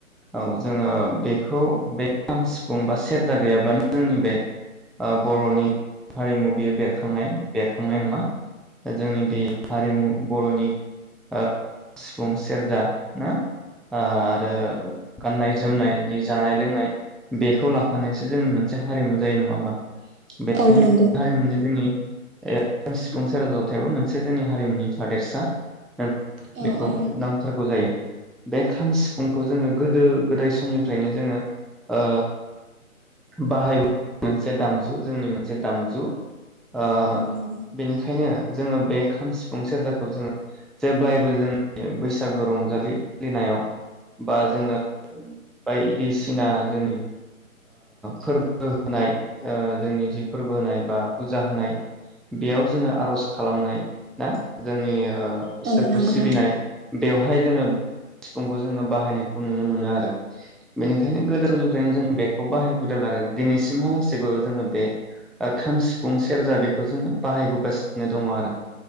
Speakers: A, in the centre; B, on the right.
A: औ जोङो बे खौ बे खाम सिफुं बा सेरजा गैयाब्लानो जोंनि बे ओ बरनि हारिमु बियो बेरखांनाय बेरखांनाय नङा जोंनि बे हारिमु बरनि ओ सिफुं सेरजा ना आ आरो गाननाय जोमनाय जि जानाय लोंनाय बेखौ लाफानायसो जोंनि मोनसे हारिमु जायो नङा होमबा बेनिखायनो
B: औ नंगौ औ नंगौ
A: हारिमुनि जोंनि <unintelligible> नाथायबो मोनसे जोंनि हारिमुनि थादेरसा <unintelligible>
B: औ औ
A: नांथारगौ जायो बे खाम सिफुंखौ जोङो गोदो गोदाय समनिफ्रायनो जोङो ओ बाहायबो मोनसे दामजु जोंनि मोनसे दामजु ओ
B: नंगौ
A: बेनिखायनो जोङो बे खाम सिफुं सेरजाखौ जोङो जेब्लायबो जोंनि बैसागु रंजालि फालिनायाव बा जोङो बायदिसिना जोंनि फोरबो होनाय जोंनि जि फोरबो होनाय बा फुजा होनाय बेयाव जोङो आरज खालामनाय ना जोंनि ओ इसोरखौ
B: औ नंगौ
A: सिबिनाय
B: नोंथां
A: बेवहाय जोङो सिफुंखौ जोङो बाहायनायखौ नुनो मोनो आरो बेनिखायनो गोदो जों बेखौ बाहायबोदों आरो दिनैसिमहालासिबो जोङो बे खाम सिफुं सेरजा बेखौ जोङो बाहायबोगासिनो दङ आरो